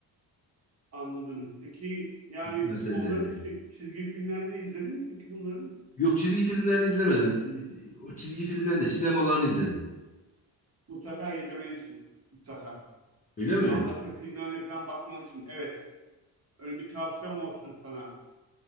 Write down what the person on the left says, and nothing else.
X-Men serilerini.
Yok çizgi filmlerini izlemedim. O çizgi filmlerin de sinemalarını izledim.
Öyle mi?